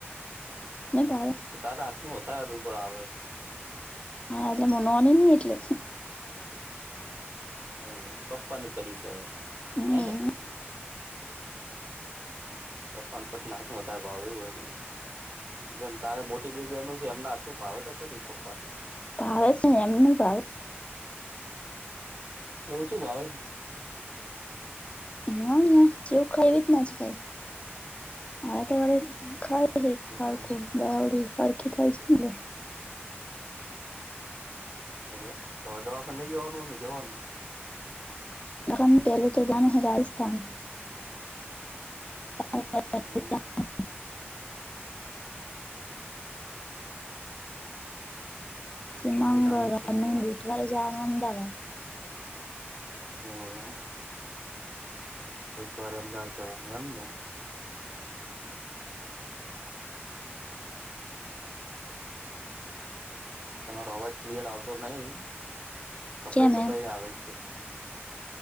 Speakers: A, on the right; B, on the left.
A: હમ.
B: ભાવે
A: તો તારે આજ નું વધારે રૂગોળ આવે.
B: હા એલે મનોને નની ગટલે.
A: એવું પપ્પા ની પરીચવાને
B: હમ
A: હે ને. પપ્વાન પ ના હથમાં વધારે ભાવ એું હોય નહી. જેમ તારે મોટી બે બહેનો છે એમના શું ભાવે તો કરી પપ્પા
B: ભાવે છે ને એમને ભાવે.
A: એવુંછું ભાવે.
B: હ જેવું ખાઈવી જ ના કઈ હવે તો વળ. ખાય હ ખ
A: હોય એમ
B: ખું દડી ફડખી થાય છે ને.
A: એ તોવે દવાખા નઈ જવાનું હો કે જવાનું.
B: ખડ
A: હમ
B: પહેલોું તો જામો હૈ રાજસ્થાન. અ.
A: હમ શનિ
B: મંગળવાર
A: રવિ સોમ
B: નહી
A: એમ
B: બુધવારે જ અમદાવાદ
A: એવું એમ બુધવારે અમદાવાદ જવાનું એમને. તમારો અવાજ ક્લિયર આવતો નહીિ કપાઈ
B: કેમ
A: કપાઈ
B: એમ
A: આવે જ છે.